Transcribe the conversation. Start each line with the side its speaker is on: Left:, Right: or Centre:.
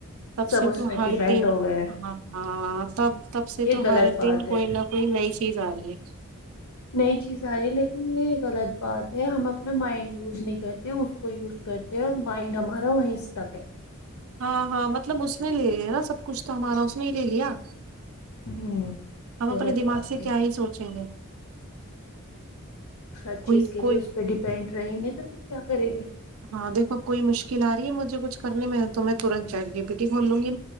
Right: تب
Left: سب
Right: سے
Left: اس
Right: تو
Left: پہ
Right: ہر
Left: ڈیپینڈ
Right: دن
Left: ہو گئے ہیں
Right: ہاںاں تب تب سے
Left: یہ
Right: تو
Left: غلط
Right: ہر دن
Left: بات
Right: کوئی
Left: ہے
Right: نہ نئی چیز آ رہی ہے
Left: نئی چیز آ رہی ہے لیکن یہ غلط بات ہے ہم اپنا مائنڈ یوز نہیں کرتے اس کو یوز کرتے اور مائنڈ ہمارا وہیں تک ہے
Right: ہاں ہاں مطلب اس نے لے لیا نا سب کچھ تو ہمارا اس نے ہی لے لیا
Left: ہوں
Right: ہم
Left: غلط
Right: اپنے دماغ
Left: بات
Right: سے
Left: ہے
Right: کیا ہی سوچیں گے
Left: ہر
Right: کوئی
Left: چیز کے
Right: کوئی
Left: لیے اس پہ ڈپینڈ ڈرائیں گے تو پھر کیا کریں گے
Right: ہاں دیکو اب کوئی مشکل آ رہی ہے مجھے کچھ کرنے میں تو میں ترنت چاہیے بیٹی کولوںی